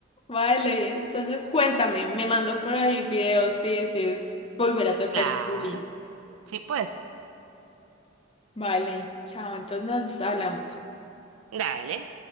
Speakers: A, on the left; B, on the right.
A: Vale, entonces cuéntame, me mandas por ahí videos si decides volver a tocar
B: Claro.
A: el violín.
B: Sí, pues.
A: Vale, chao, entonces nos hablamos.
B: Dale.